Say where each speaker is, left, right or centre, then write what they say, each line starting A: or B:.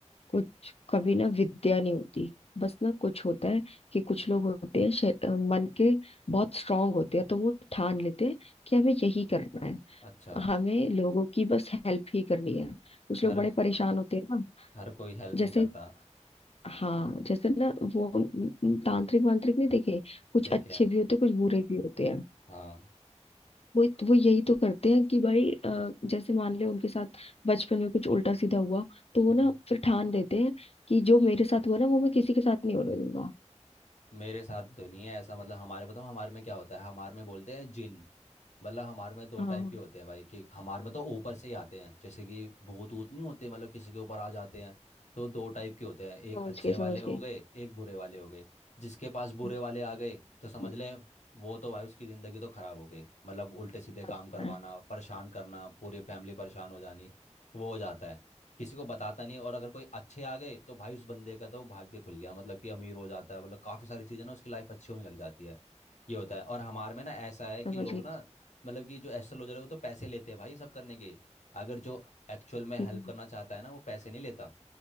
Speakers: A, on the left (about 55°); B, on the left (about 75°).
A: कुछ कभी ना विद्या नहीं होती बस ना कुछ होता है कि कुछ लोग होते हैं शे- अ, मन के बहुत स्ट्रांग होते हैं तो वो ठान लेते हैं कि हमें यही करना है
B: अच्छा
A: हमें लोगों की बस हेल्प ही करनी है कुछ
B: हर
A: लोग बड़े परेशान होते हैं ना
B: हर कोई हेल्प
A: जैसे
B: नहीं करता
A: हाँ जैसे ना वो न- न- तांत्रिक वांत्रिक नहीं देखे कुछ
B: देखे
A: अच्छे
B: हैं।
A: भी होते हैं कुछ बुरे भी होते हैं
B: हाँ
A: वो वो यही तो करते हैं कि भाई अ, जैसे मान ले उनके साथ बचपन में कुछ उल्टा सीधा हुआ तो वो
B: हम्म
A: ना फिर ठान देते हैं कि जो मेरे साथ हुआ ना वो मैं किसी के साथ नहीं होने दूंगा
B: मेरे साथ तो नहीं है ऐसा मतलब हमारे बताओ हमारे में क्या होता है हमारे में बोलते हैं जिन मतलब हमारे में दो
A: हाँ
B: टाइप के होते हैं भाई कि हमारे में तो ऊपर से ही आते हैं जैसे कि भूत ऊत नहीं होते मतलब किसी के ऊपर आ जाते हैं तो दो टाइप के होते हैं एक
A: समझ
B: अच्छे
A: गई समझ
B: वाले हो
A: गई
B: गए एक बुरे वाले हो गए जिसके पास बुरे
A: हम्म,
B: वाले आ गए तो समझ
A: हम्म,
B: ले वो तो भाई उसकी ज़िंदगी तो खराब हो गई मतलब उल्टे सीधे
A: बात
B: काम करवाना
A: में है।
B: परेशान करना पूरी फैमिली परेशान हो जानी वो हो जाता है किसी को बताता नहीं और अगर कोई अच्छे आ गए तो भाई उस बंदे का तो भाग्य खुल गया मतलब कि अमीर हो जाता है मतलब काफ़ी सारी चीज़ें ना उसकी लाइफ अच्छी होने लग जाती है ये होता है और हमारे में ना ऐसा है कि
A: समझ
B: लोग
A: गई
B: ना मतलब कि जो एस्ट्रोलॉजर है वो तो पैसे लेते हैं भाई सब करने के अगर जो एक्चुअल में
A: हम्म,
B: हेल्प करना चाहता है ना वो पैसे नहीं लेता